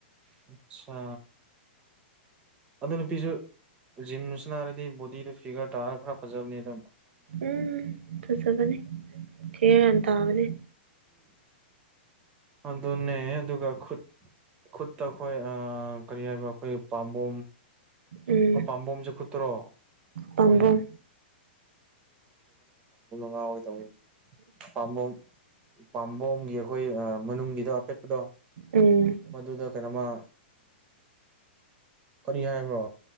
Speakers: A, on the right; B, on the right.
A: ꯑꯆꯥ ꯑꯗꯨ ꯅꯨꯄꯤꯁꯨ ꯖꯤꯝꯗꯨꯁꯨ ꯅꯥꯔꯗꯤ ꯕꯣꯗꯤꯗꯨ ꯐꯤꯒꯔ ꯇꯥꯔꯒ ꯈꯔ ꯐꯖꯕꯅꯤ ꯑꯗꯨ
B: ꯎꯝ ꯇꯁꯨꯕꯅꯤ ꯊ ꯇꯕꯅꯤ
A: ꯑꯗꯨꯅꯦ ꯑꯗꯨꯒ ꯈꯨꯠ ꯈꯨꯠꯇ ꯑꯩꯈꯣꯏ ꯀꯔꯤ ꯍꯥꯏꯕ ꯑꯩꯈꯣꯏꯒꯤ ꯄꯥꯝꯕꯣꯝ
B: ꯎꯝ
A: ꯑꯣ ꯄꯥꯝꯕꯣꯝꯁꯨ ꯈꯨꯠꯇ꯭ꯔꯣ
B: ꯄꯥꯝꯕꯣꯝ
A: ꯑꯣꯏꯅꯦ ꯉꯥꯎꯒꯦ ꯇꯧꯋꯤꯅꯦ ꯄꯥꯝꯕꯣꯝ ꯄꯥꯝꯕꯣꯝꯒꯤ ꯑꯩꯈꯣꯏ ꯃꯅꯨꯡꯒꯤꯗꯣ ꯑꯄꯦꯠꯄꯗꯣ
B: ꯎꯝ
A: ꯃꯗꯨꯗ ꯀꯩꯅꯣꯃ ꯀꯔꯤ ꯍꯥꯏꯕ꯭ꯔꯣ